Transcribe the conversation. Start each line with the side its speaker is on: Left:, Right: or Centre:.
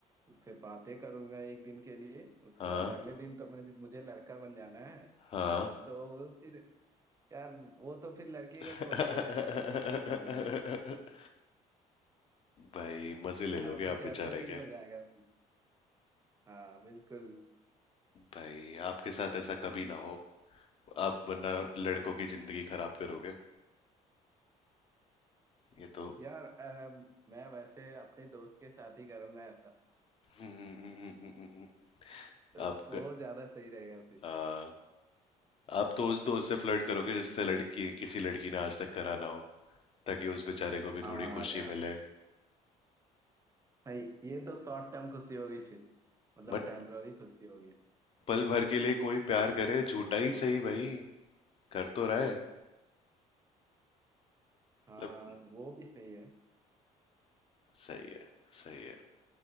Right: उससे बातें करूंगा एक दिन के लिए उसके
Left: हाँ
Right: बाद अगले दिन तो मैं मुझे लड़का बन जाना है
Left: हाँ
Right: तो फिर यार वो तो फिर लड़की
Left: <laughs>
Right: को खोजते ही रहेगा यार कहाँ गई वो
Left: भाई मजे ले
Right: हाँ
Left: लोगे
Right: कुछ
Left: आप बेचारे
Right: ऐसा सीन
Left: के
Right: हो जाएगा फिर। हाँ बिल्कुल
Left: भाई आपके साथ ऐसा कभी ना हो आप वरना लड़कों की जिंदगी खराब करोगे ये तो
Right: यार अ, मैं वैसे अपने दोस्त के साथ ही करूंगा ऐसा
Left: हम्म, हम्म, हम्म, हम्म, हम्म,
Right: तो
Left: आप क-
Right: वो ज्यादा सही रहेगा फिर
Left: आ, आप तो उस दोस्त से फ्लर्ट करोगे जिससे लड़की किसी लड़की ने आज तक करा ना हो ताकि उस बेचारे को भी
Right: हाँ
Left: थोड़ी खुशी
Right: यार
Left: मिले
Right: भाई ये तो शॉर्ट टर्म खुशी हो गई फिर मतलब
Left: बट
Right: टेम्पररी खुशी हो गई
Left: पल भर के लिए कोई प्यार करे झूठा ही सही भाई कर तो रहा है
Right: हाँ
Left: मतलब
Right: वो भी सही है
Left: सही है सही है